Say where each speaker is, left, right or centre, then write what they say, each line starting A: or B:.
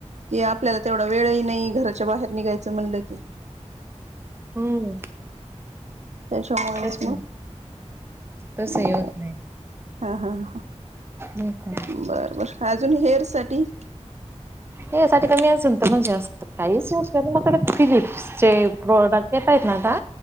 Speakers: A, on the right; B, on the right.
A: कि आपल्याला तेवढा वेळही नाही, घराच्या बाहेर निघायचं म्हणलं की
B: हम्म.
A: त्याच्यामुळेच
B: तस
A: मग.
B: तस
A: हम्म,
B: हे होत नाही.
A: बरं हा-हा.
B: हो का
A: बर-बर, अजून हेअरसाठी.
B: यासाठी का? मी असेल तर म्हणजेत, असत काहीच यूज मकडे फिलिप्सचे प्रोडक्ट येताईत न आता